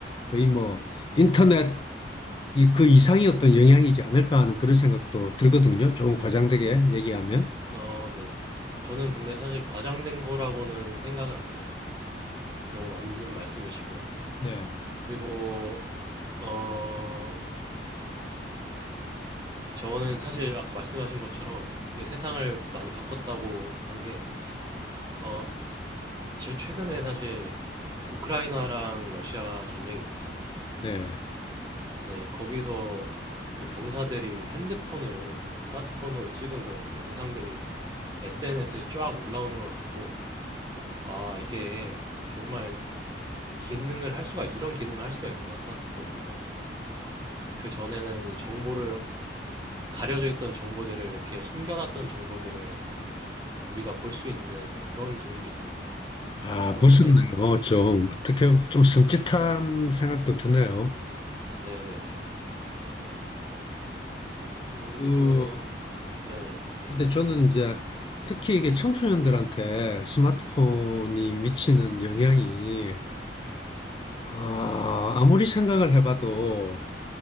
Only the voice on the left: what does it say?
거의 뭐 인터넷 이, 그 이상의 어떤 영향이지 않을까 하는 그런 생각도 들거든요. 조금 과장되게 얘기하면.
네.
네.
아,
무섭네요.
좀, 어떻게, 좀 섬찟한 생각도 드네요.
그,
근데 저는 이제 특히 이게 청소년들한테 스마트폰이 미치는 영향이, 아, 아무리 생각을 해봐도